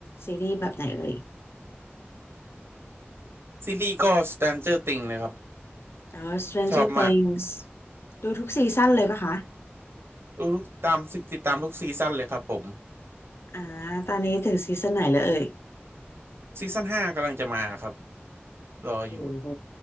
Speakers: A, on the left; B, on the right.
A: ซีรีส์แบบไหนเลย
B: ซีรีส์ก็ Stranger Things เลยครับ
A: อ๋อ Stranger
B: ชอบมาก
A: Things ดูทุกซีซั่นเลยปะคะ
B: ดูทุกตามติดตามทุกซีซั่นเลยครับผม
A: อ่าตอนนี้ถึงซีซั่นไหนแล้วเอ่ย
B: ซีซั่นห้ากำลังจะมาครับรออยู่
A: โอ้โห